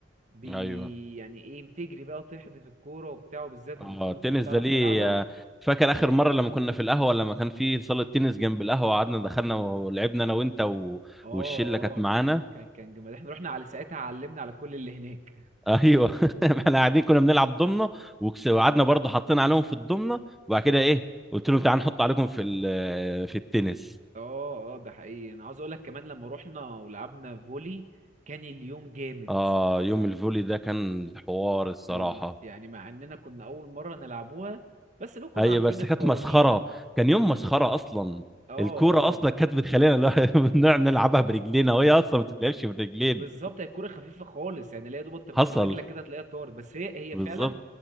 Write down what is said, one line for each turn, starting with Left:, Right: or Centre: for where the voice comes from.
Right: بي
Centre: ايوه
Right: يعني ايه بتجري بقى وتحدف الكوره وبتاع وبالذات لما
Centre: اه
Right: كنت
Centre: التنس
Right: انتوا بتعرف
Centre: ده ليه
Right: تلعبها
Centre: آه، فاكر اخر مره لما كنا في القهوه لما كان في صاله تنس جنب القهوه قعدنا دخلنا ولعبنا انا وانت و...
Right: اه
Centre: والشله كانت
Right: اه
Centre: معانا
Right: كان كان كان جمال احنا رحنا على ساعتها علمنا على كل اللي هناك
Centre: ايوه <laughs> احنا قاعدين كنا بنلعب ضمنه وكس- وقعدنا برضه حطينا عليهم في الضمنه وبعد كده ايه قلت لهم تعالوا نحط عليكم في ال... في التنس
Right: اه اه ده حقيقي انا عاوز اقول لك كمان لما رحنا ولعبنا فولي كان اليوم جامد
Centre: اه يوم الفولي ده كان حوار الصراحه
Right: يوم- يعني مع اننا كنا اول مره نلعبوها بس لو كنا
Centre: هي
Right: عارفين
Centre: بس
Right: القوانين
Centre: كانت مسخره كان يوم مسخره اصلا
Right: اه
Centre: الكوره
Right: اه
Centre: اصلا كانت بتخلينا <laughs> نقعد نلعبها برجلينا وهي اصلا ما بتتلعبش برجلين
Right: بالظبط هي الكوره خفيفه خالص يعني لا يا دوبك تخبطها
Centre: حصل
Right: برجلك كده تلاقيها طارت بس هي هي
Centre: بالظبط
Right: فعلا